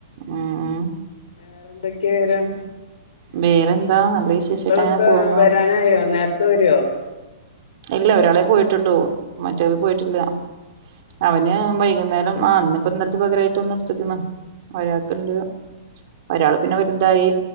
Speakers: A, on the right; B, on the left.
A: ഉം ഉം
B: വേറെ എന്തൊക്കെയാ വരും
A: വേറെന്താ നല്ല വിശേഷായിട്ട്
B: മക്കളൊക്കെ
A: അങ്ങനെ പോന്നു
B: വരാനായോ നേരത്തെ വരുവോ
A: ഇല്ല ഒരാളെ പോയിട്ടുള്ളൂ മറ്റവൾ പോയിട്ടില്ല അവന് വൈകുന്നേരം ആന്ന് ഇപ്പ ഇന്നലത്തെ പകരായിട്ട് ഒന്നർത്തിക്കുന്നു ഒരാൾക്കുണ്ട് ഒരാള പിന്നെ വലുതായി